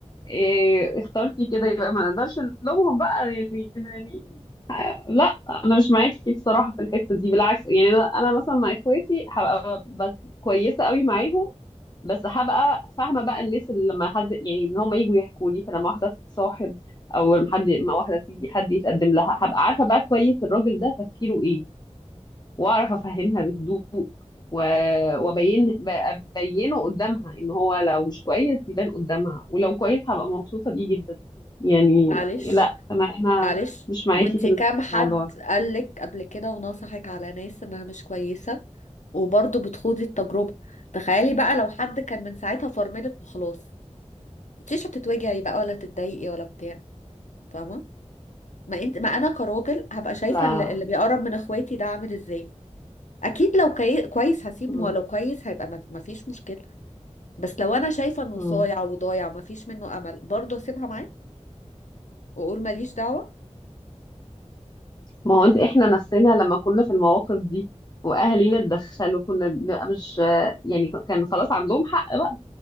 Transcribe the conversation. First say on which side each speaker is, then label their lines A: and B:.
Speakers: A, on the left; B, on the left.
A: إيه اخترتي كده يبقى ما نقدرش نلومهم بقى يعني يعني لا انا مش معاكي بصراحة في الحتة دي بالعكس يعني انا انا مثلا مع اخواتي هبقى ب- كويسة قوي معاهم بس هبقى فاهمه بقى الناس اللي لما حد يعني ان هم يجوا يحكوا لي فلما واحده تصاحب او لما حد ما واحده تيجي حد يتقدم لها هبقى عارفه بقى كويس الراجل ده تفكيره ايه واعرف افهمها بهدوء و... وابين ب- ابينه قدامها ان هو لو مش كويس يبان قدامها ولو كويس هبقى مبسوطه بيه جدا يعني
B: معلش
A: لا انا انا
B: معلش
A: مش معاكي
B: وانتي
A: في
B: كام
A: الموضوع
B: حد
A: ده
B: قالك قبل كده ونصحك على ناس انها مش كويسة وبرضه بتخوضي التجربة تخيلي بقى لو حد كان من ساعتها فرملك وخلاص مش هتتوجعي بقى ولا تتضايقي ولا بتاع فاهمة ما انت ما انا كراجل هبقى شايفة
A: لا
B: اللي, اللي بيقرب من اخواتي ده عامل ازاي اكيد لو كي... كويس هسيبه
A: م-
B: ولو كويس هيبقى ما ما فيش مشكلة بس لو انا شايفة انه
A: م-
B: صايع وضايع وما فيش منه امل برضه اسيبها معاه وأقول ماليش دعوة
A: ما هو انت احنا نفسنا لما كنا في المواقف دي واهالينا اتدخلوا كنا بنبقى مش يعني كان خلاص عندهم حق بقى